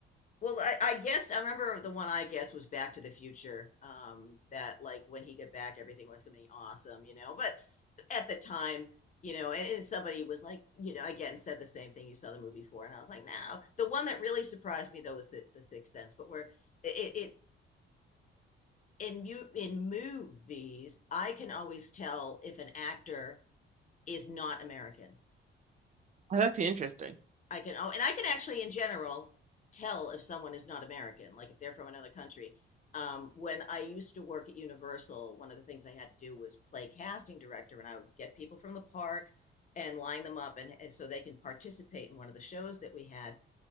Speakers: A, on the left; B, on the right.
A: Well, I, I guess I remember the one I guess was Back to the Future. Um, that like when he got back, everything was gonna be awesome, you know. But at the time, you know, and, and somebody was like, you know, again said the same thing you saw the movie for, and I was like, no. The one that really surprised me though was the, the Sixth Sense, but where it, it in mu- in movies, I can always tell if an actor is not American.
B: That's actually interesting.
A: I can oh, and I can actually, in general, tell if someone is not American, like if they're from another country. Um, when I used to work at Universal, one of the things I had to do was play casting director, and I would get people from the park and line them up, and, and so they can participate in one of the shows that we had.